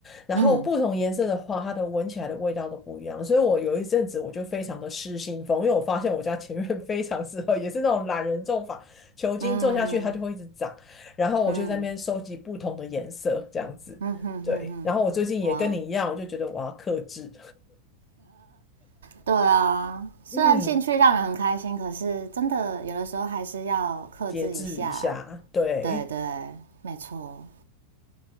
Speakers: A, on the left (about 20°); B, on the right (about 65°).
A: 然后不同颜色的花，
B: 嗯
A: 它的闻起来的味道都不一样，所以我有一阵子我就非常的失心疯，因为我发现我家前院非常适合，也是那种懒人种法，球茎种下去它就会一直长，
B: 嗯
A: 然后我就在那边收集不同的颜色这样子，
B: 嗯嗯嗯哼哼哼，
A: 对，然后我最近也跟你一样，
B: 哇，
A: 我就觉得我要克制，
B: 对啊，虽然兴趣让人很开心，
A: <laughs> 嗯，
B: 可是真的有的时候还是要克制一下。
A: 节制一下，对，
B: 对对，没错，